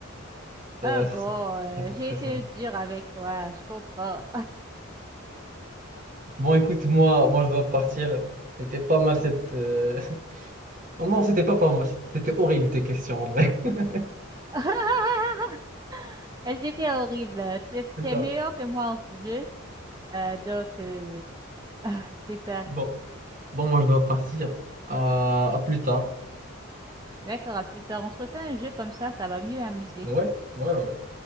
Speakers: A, on the right (about 20°); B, on the right (about 40°).
A: Ah
B: Ça doit être
A: bon,
B: ça.
A: euh,
B: Ça doit
A: j'ai
B: être
A: été
B: ça.
A: dure avec toi, je comprends.
B: Bon, écoute, moi, moi, je dois partir. C'était pas mal cette. euh, <laughs> Non, non, c'était pas pas mal. C'était horrible tes questions, en vrai. <laughs>
A: <laughs> Elles étaient horribles. t'es
B: C'est ça.
A: meilleur que moi en ce jeu. Euh, donc, euh, <laughs> c'est ça.
B: Bon, bon, moi, je dois partir. À, à plus tard.
A: D'accord, à plus tard. On se refait un jeu comme ça, ça va mieux amuser.
B: Ouais, ouais, ouais.